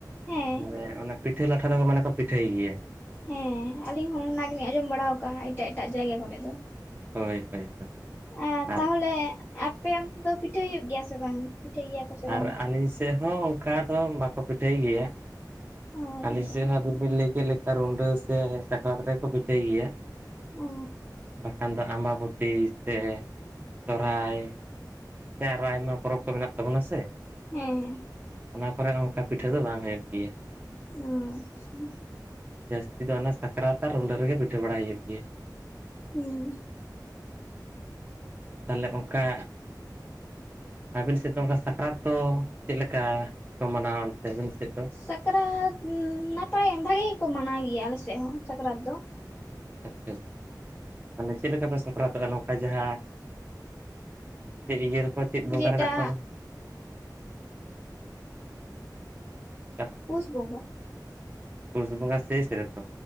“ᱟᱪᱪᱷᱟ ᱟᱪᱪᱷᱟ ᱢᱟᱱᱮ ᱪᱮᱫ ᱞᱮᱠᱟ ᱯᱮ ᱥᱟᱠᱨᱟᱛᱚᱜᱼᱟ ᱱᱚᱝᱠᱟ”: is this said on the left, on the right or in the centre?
Right